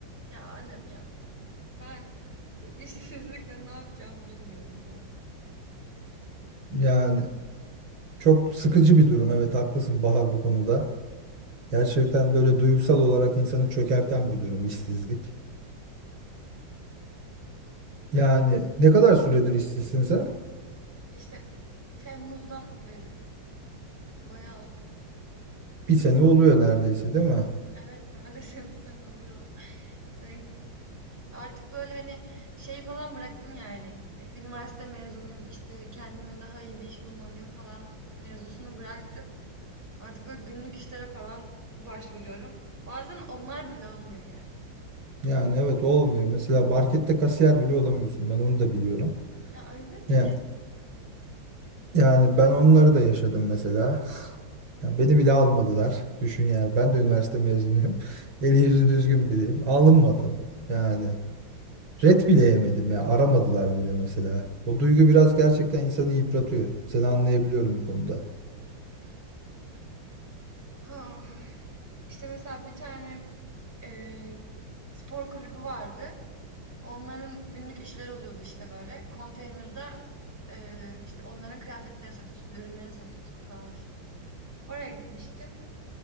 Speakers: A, on the right; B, on the right.
A: Ya annem ya. Ben bu <laughs> işsizlikle ne yapacağımı bilmiyorum yani.
B: Yani çok sıkıcı bir durum. Evet haklısın Bahar bu konuda. Gerçekten böyle duygusal olarak insanı çökerten bir durum işsizlik. Yani ne kadar süredir işsizsin sen?
A: İşte Temmuz'dan beri bayağı oldu.
B: Bir sene oluyor neredeyse değil mi?
A: Evet neredeyse bir sene oluyor. Ve artık böyle hani şey falan bıraktım yani. Üniversite mezunuyum işte kendime daha iyi bir iş bulmalıyım falan mevzusunu bıraktım. Artık böyle günlük işlere falan başvuruyorum. Bazen onlar bile olmuyor yani.
B: Yani evet olmuyor. Mesela markette kasiyer bile olamıyorsun. Ben onu da biliyorum.
A: Ya evet,
B: Ya,
A: evet.
B: yani ben onları da yaşadım mesela. <laughs> Ya beni bile almadılar. Düşün yani. Ben de üniversite mezunuyum. <laughs> Eli yüzü düzgün biriyim. Alınmadım. Yani Red bile yemedim ya. Aramadılar bile mesela. O duygu biraz gerçekten insanı yıpratıyor. Seni anlayabiliyorum bu konuda.
A: Ha, hah. İşte mesela bir tane, eee, spor kulübü vardı. Onların günlük işleri oluyordu işte böyle. Konteynerda, eee, işte onların kıyafetlerini satıyorsun, ürünlerini satıyorsun falan işte. Oraya gitmiştim.